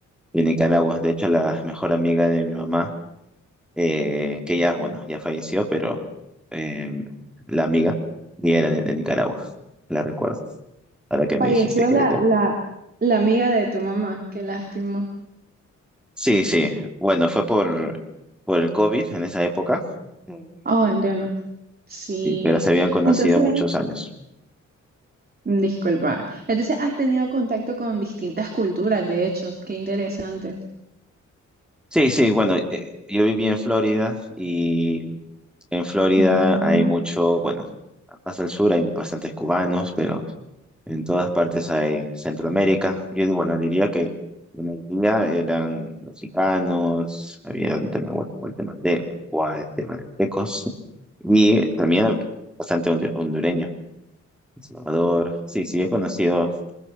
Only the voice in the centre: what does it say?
de Nicaragua. De hecho, la mejor amiga de mi mamá, eh, que ya, bueno, ya falleció, pero eh, la amiga, y era de, de Nicaragua, la recuerdo. Ahora que
me dijiste que
eres de ahí.
Sí, sí. Bueno, fue por, por el COVID en esa época, Mm.
sí, pero se habían conocido
muchos años.
Sí, sí, bueno, eh, yo viví en Florida y en Florida
hay mucho, bueno, más al sur hay bastantes cubanos, pero en todas partes hay Centroamérica. Yo, bueno, diría que la mayoría eran mexicanos, había un tema guate- guatemalteco, guatemaltecos y también bastante hondu- hondureño, El Salvador. Sí, sí, he conocido